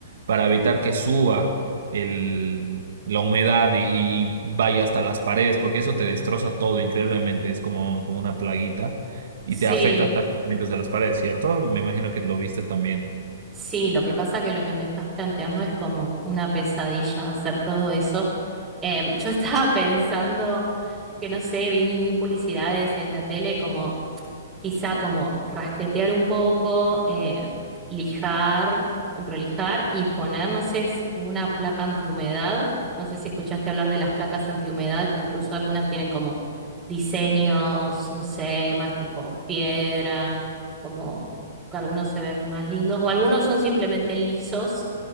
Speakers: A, on the right; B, on the right.
A: para evitar que suba el, la humedad y, y vaya hasta las paredes, porque eso te destroza todo increíblemente, es como, como una plaguita. Y
B: Sí,
A: te afecta hasta los cimientos de las paredes, ¿cierto? Me imagino que lo viste también.
B: sí, lo que pasa que lo que me estás planteando es como una pesadilla hacer todo eso. Em, yo <laughs> estaba pensando que, no sé, vi, vi publicidades en la tele como quizá como rasquetear un poco, eh, lijar, prolijar y poner, no sé, si- eh, una placa antihumedad. No sé si escuchaste hablar de las placas antihumedad, que incluso algunas tienen como diseños, no sé, más tipo piedra, como que algunos se ven más lindos, o algunos son simplemente lisos.